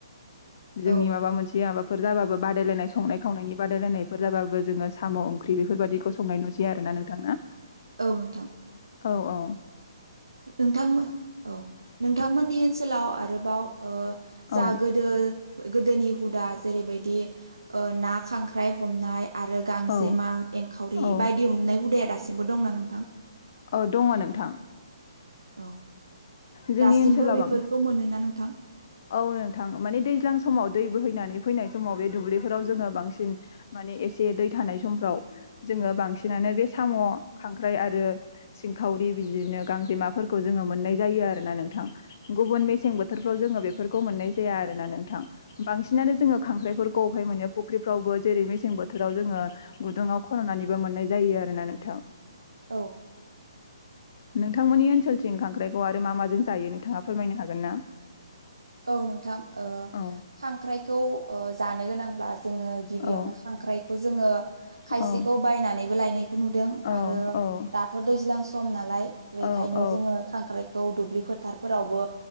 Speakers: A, on the left (about 45°); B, on the right (about 70°).
A: जोंनि
B: औ
A: माबा मोनसे माबाफोर जाबाबो बादायलायनाय संनाय खावनायनि बादायलायनायफोर जाबाबो जोङो साम' ओंख्रि बेफोरबादिखौ संनाय नुसै आरो ना नोंथां ना?
B: औ नोंथां
A: औ औ
B: नोंथां औ नोंथांमोननि ओनसोलाव आरोबाव ओ जा
A: औ
B: गोदो गोदोनि हुदा जेरैबायदि ओ ना खांख्राइ हमनाय आरो गांजेमा
A: औ
B: एंखावरि
A: औ
B: बायदि हमनाय हुदाया दासिमबो दंना नोंथां?
A: औ दङ नोंथां
B: औ
A: जोंनि
B: दासिमबो
A: ओनसोलाव
B: बेफोरखौ
A: बांसिन
B: मोनोना नोंथां?
A: औ नोंथां माने दैज्लां समाव दै बोहैनानै फैनाय समाव बे दुब्लिफोराव जोङो बांसिन माने एसे दै थानाय समफ्राव जोङो बांसिनानो बे साम' खांख्राय आरो सिंखावरि बिजिनो गांजेमा फोरखौ जोङो मोननाय जा जायो आरोना नोंथां गुबन मेसें बोथोरफ्राव जोडों बे फोरखौ मोननाय जाया आरोना नोंथां बांसिनानो जोडों खांख्राय फोरखौ अबहाय मोनो जेरै मेसें बोथोराव जोङो गुदुंङाव खन'नानैबो मोननाय जायो आरोना नोंथां ।
B: औ
A: नोंथांमोननि ओनसोलथिं खांख्राइखौ आरो मा माजों जायो नोंथाङा फोरमायनो हागोन ना?
B: औ नोंथां ओ
A: औ
B: खांख्राइखौ ओ जानो गोनांब्ला जोंडों गिबियावनो
A: औ
B: खांख्रायखौ जों खायसेखौ
A: औ
B: बायनानैबो लायनाय खौ नुदों
A: औ
B: आरो
A: औ
B: दाथ' दैज्लां सम नालाय बेखायनो
A: औ औ
B: जोङो खांख्राइ- खौ दुबलि फोथार फ्रावबो